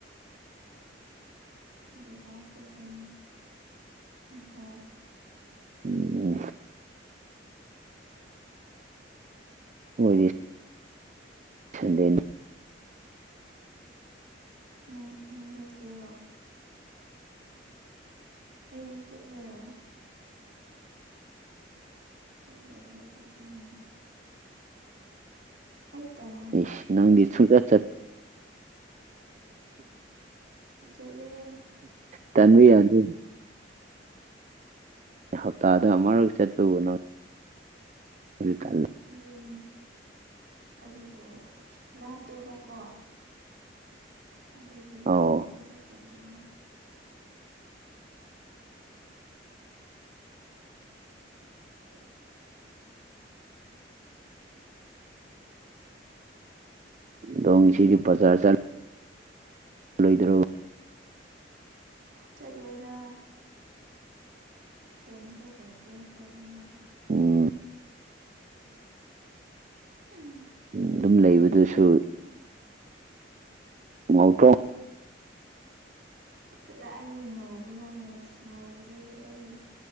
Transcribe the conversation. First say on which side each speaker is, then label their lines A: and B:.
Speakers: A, on the right; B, on the right.
A: ꯑꯗꯨꯗ ꯄꯨꯅꯤ ꯍꯣꯏ
B: ꯎꯝ ꯎꯝ ꯑꯣꯏꯣꯏ ꯁꯟꯗꯦꯅꯤ
A: ꯅꯪ ꯅꯪ ꯆꯠꯀꯦꯔꯣ ꯑꯩꯗꯤ ꯆꯠꯂꯔꯣꯏ ꯆꯠꯂꯨꯔꯣ ꯑꯗꯨꯗꯤ ꯅꯪ ꯑꯩ ꯇꯅ
B: ꯏꯁ ꯅꯪꯗꯤꯨ ꯆꯠ ꯆ
A: ꯆꯠꯂꯦꯍꯦ
B: ꯇꯟꯕꯤ ꯌꯥꯅꯤ ꯑꯦ ꯍꯞꯇꯥꯗ ꯑꯃꯔꯛ ꯆꯠꯄꯅꯣ ꯍꯔꯤ ꯆ
A: ꯑꯗꯨꯅꯦ ꯑꯗꯨꯕꯨ ꯂꯥꯞꯄꯦꯕꯀꯣ ꯑꯗꯨꯒꯤ
B: ꯑꯧ
A: ꯏꯊꯟꯇ ꯆꯠꯇꯂꯦꯕ <inaudible>
B: ꯗꯣꯡ ꯁꯤꯗꯤ ꯄꯆꯆꯥ ꯆꯠ ꯂꯣꯏꯗ꯭ꯔꯣ
A: ꯆꯠꯂꯣꯏꯗ ꯀꯝꯇ ꯂꯩꯒꯦ ꯆꯅꯤꯡ
B: ꯎꯝ
A: ꯎꯝ
B: ꯑꯗꯨꯝ ꯂꯩꯕꯗꯨꯁꯨ ꯉꯥꯎꯇꯣꯡ
A: ꯀꯗꯥꯏ ꯂ ꯉꯧꯕꯅꯣꯅꯦ ꯉꯧꯗꯕꯒꯤ ꯑꯩ